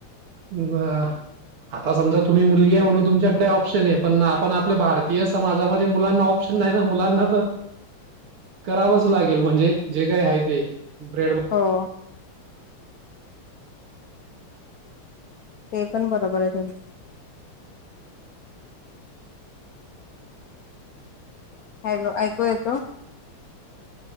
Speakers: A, on the right; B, on the left.
A: <unintelligible> आता समजा तुम्ही मुलगी आहे म्हणून तुमच्याकडे ऑप्शन आहे पण आपण आपल्या भारतीय समाजामध्ये मुलांना ऑप्शन मुलाना करा लाे म्हणजे जे का ब
B: हो. ते पण बरोबर आहे तुमच? हॅलो ऐकू येतो.